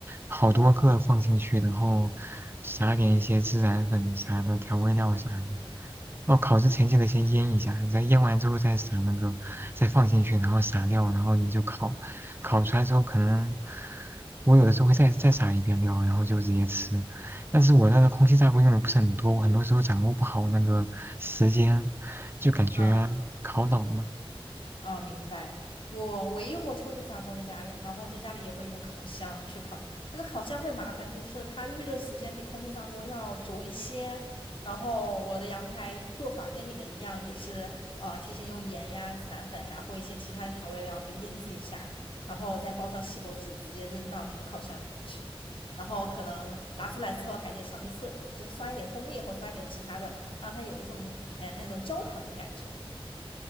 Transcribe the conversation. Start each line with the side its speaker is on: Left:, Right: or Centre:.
Right: 好多个放进去，
Left: 是的，
Right: 然后撒点一些孜然粉啥的调味料啥的。哦，烤之前记得先腌一下，然后腌完之后再撒那个，再放进去，然后撒料，然后你就烤。烤出来之后，可能我有的时候会再再撒一遍料，然后就直接吃。但是我那个空气炸锅用的不是很多，我很多时候掌握不好那个时间，就感觉烤老了。
Left: 啊。啊，明白。我唯一用过秋菊炸锅在家里，然后在家里也会用烤箱去烤，但是烤箱会麻烦，就是它预热时间比空气炸锅要久一些。然后我的羊排做法跟你的一样，也是呃提前用盐呀、孜然粉呀或一些其他的调味料给腌制一下，然后再包上锡箔纸，直接扔到那个烤箱里面去。然后可能拿出来之后还得上个色，就是刷一点蜂蜜或刷一点其他的，让它有一种嗯那种焦糖的感觉。